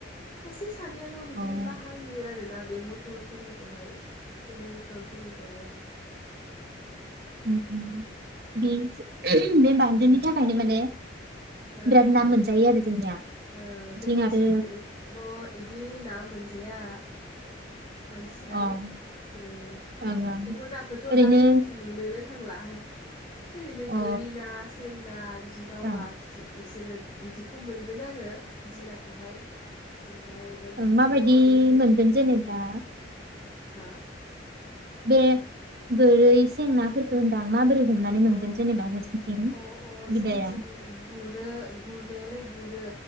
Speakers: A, on the left; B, on the right.
A: सासे सा नैयाल' बिदि
B: अ
A: बाहायो आरोना बे मटरफोरनि निखौहाय जेनेरेतरफोरनिखौहाय
B: उम उम बिदि बे बानदोनि
A: ओ
B: थाखायनो माने
A: ओ
B: बिराद ना मोनजायो आरो जोंनिया
A: ओ जोंनिथिं
B: बिथिं आरो
A: एथ' इदि ना मोनजाया बांसिनानो
B: अ ओं
A: उम
B: ओं
A: बेफोर नाखोथ'
B: ओरैनो
A: दा जोंनिथिं नुनोनो थांला ओरैनो
B: अ
A: गोरि ना सें ना बिदि मावा
B: ओं
A: फिथि बिसोरो बिदिखौ मोन गोन आरो बिदि नाखौहाय ओमफ्राय बा
B: ओं माबायदि
A: दहाय नो
B: मोनगोन जेनेबा
A: हा
B: बे गोरै सेंनाफोरखौ होनदां माबोरै हमनानै मोनगोन
A: अ
B: जेनेबा नोंसिनिथिं
A: अ अ
B: बिदाया
A: जोंनिथिं गुरो गुरनायालाय गुरो